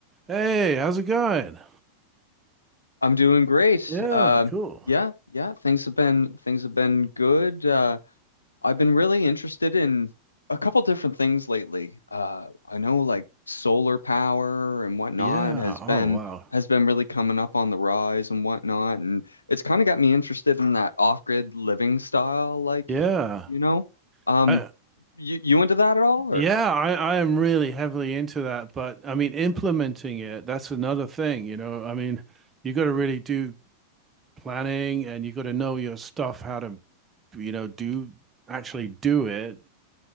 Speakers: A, on the right (about 20°); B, on the left (about 80°).
A: Hey, how's it going?
B: I'm doing great.
A: Yeah,
B: Uh,
A: cool.
B: yeah, yeah, things have been things have been good. Uh, I've been really interested in a couple different things lately. Uh, I know like solar power and whatnot
A: Yeah.
B: has
A: Oh,
B: been
A: wow.
B: has been really coming up on the rise and whatnot, and it's kind of got me interested in that off-grid living style, like,
A: Yeah.
B: you know. Um,
A: I,
B: you you into that at all
A: yeah,
B: or?
A: I, I am really heavily into that, but I mean, implementing it, that's another thing, you know. I mean, you got to really do planning and you got to know your stuff, how to, you know, do actually do it.